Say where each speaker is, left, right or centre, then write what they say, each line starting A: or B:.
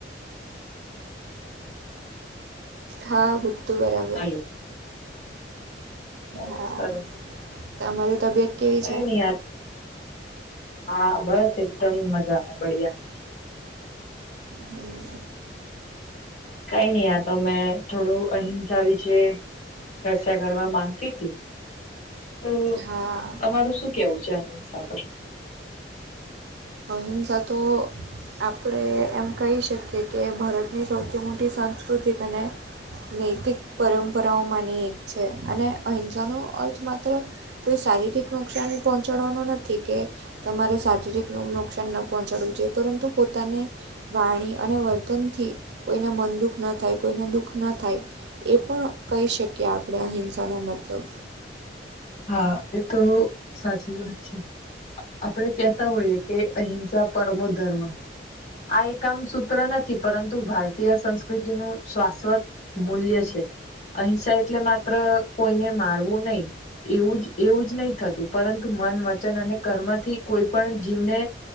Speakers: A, on the right; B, on the left.
A: હા બધૂ બરાબર.
B: હાલો. સરસ
A: હા
B: સરસ
A: તમારી તબિયત કેવી
B: કઈ
A: છે
B: ની આ હા બસ એકદમ મજામાં બડિયા
A: હમ્મ.
B: કઈ ની આ તો મેં થોડું અહિંસા વિશે ચર્ચા કરવા માંગતી તી તો
A: હા
B: અમારું શું કેવું છે, અહીસા પર
A: અહિંસા તો આપડે એમ કહી શકીએ કે ભરતની સૌથી મોટી સંસ્કૃતિ અને નૈતિક પરંપરાઓમાંની એક છે, અને અહિંસાનો અર્થ માત્ર કોઈ શારીરિક નુકસાન પહોંચાડવાનું નથી કે તમારે શારીરિક નુકસાન ન પહોંચાડવું જોઈએ પરંતુ પોતાને વાણી અને વર્તનથી કોઈને મન દુઃખ ન થાય કોઈને દુઃખ ન થાય એ પણ કહી શકીએ આપણે અહિંસાનો મતલબ
B: હા એ તો સાચી વાત છે. આપણેે કહેતા હોઈએ કે અહિંસા પરમો ધર્મ આ એક આમ સૂત્ર નથી પરંતુ ભારતીય સંસ્કૃતિનું શાશ્વત મૂલ્ય છે, અહિંસા એટલે માત્ર કોઈને મારવું નહી એવું જ એવું જ નહી થતું પરંતુ મન વચન અને કર્મથી કોઈ પણ જીવને